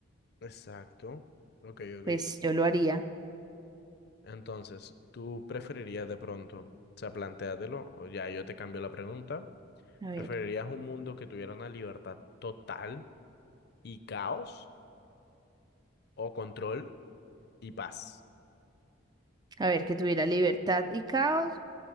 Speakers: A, on the left (about 50°); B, on the right (about 20°).
A: Exacto. Ok, ok.
B: pues yo lo haría.
A: Entonces, ¿tú preferirías de pronto, o sea, plantéatelo, o ya yo te cambio la pregunta,
B: A
A: ¿preferirías
B: ver.
A: un mundo que tuviera una libertad total y caos o control y paz?
B: A ver, que tuviera libertad y caos